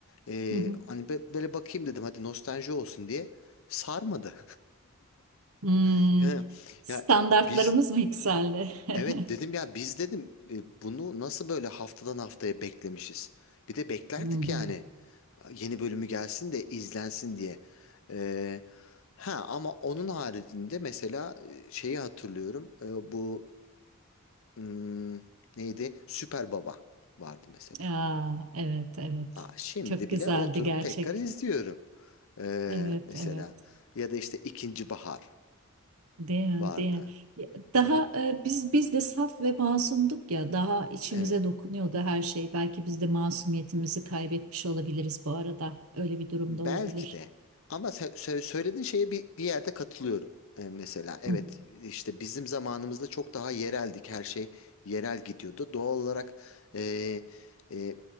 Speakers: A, on the left; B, on the right.
A: E,
B: Hı hı.
A: hani be- böyle bakayım dedim hadi nostalji olsun diye sarmadı.
B: Hmm,
A: <laughs> Ya,
B: standartlarımız
A: ya biz
B: mı yükseldi? <laughs>
A: Evet dedim ya biz dedim e, bunu nasıl böyle haftadan haftaya beklemişiz. Bir de beklerdik
B: Hı hı.
A: yani yeni bölümü gelsin de izlensin diye. Ee, ha ama onun haricinde mesela e, şeyi hatırlıyorum. Ee, bu hmm, neydi? Süper Baba vardı mesela.
B: Aa, evet, evet.
A: Aa, şimdi
B: Çok güzeldi
A: bile oturup
B: gerçek.
A: tekrar izliyorum. Ee,
B: Evet,
A: mesela
B: evet.
A: ya da işte İkinci Bahar
B: Değil mi?
A: vardı.
B: Değil mi? Ya, Daha
A: Hı hı,
B: e, biz biz de saf ve masumduk ya daha içimize
A: evet.
B: dokunuyordu her şey. Belki biz de masumiyetimizi kaybetmiş olabiliriz bu arada. Öyle bir durumda
A: Belki
B: olabilir.
A: de. Ama sö- sö- söylediğin şeye bir, bir yerde katılıyorum. Ee, mesela evet
B: Hı
A: işte bizim zamanımızda çok daha yereldik. Her şey yerel gidiyordu. Doğal olarak e, e,